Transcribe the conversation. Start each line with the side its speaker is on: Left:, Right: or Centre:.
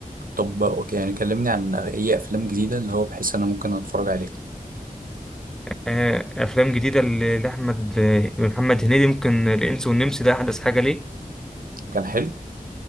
Right: طب أوكي، يعني كلمني عن اي افلام جديده اللي هو بحس انا ممكن اتفرج عليه
Centre: أه، أفلام جديدة ل- لأحمد أه، محمد هنيدي ممكن الإنس والنمس ده أحدث حاجة ليه
Right: كان حلو